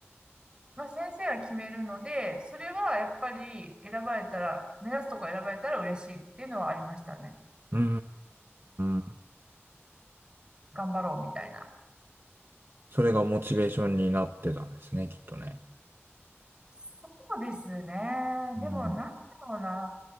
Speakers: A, on the right; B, on the right.
A: まあ、先生が決めるので、それはやっぱり選ばれたら、目指すとこ選ばれたら嬉しいっていうのはありましたね。
B: うーん。
A: 頑張ろうみたいな。
B: それがモチベーションになってたんですね、きっとね。
A: そうですね。
B: うん。
A: でもなんだろうな。